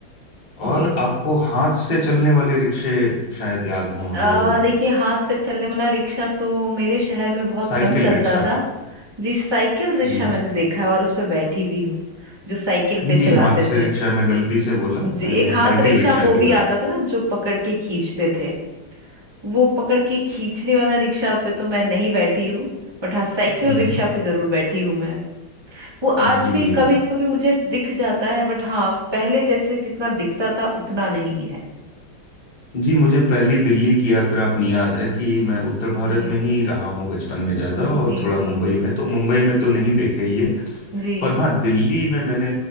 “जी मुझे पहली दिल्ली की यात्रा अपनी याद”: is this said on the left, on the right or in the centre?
Left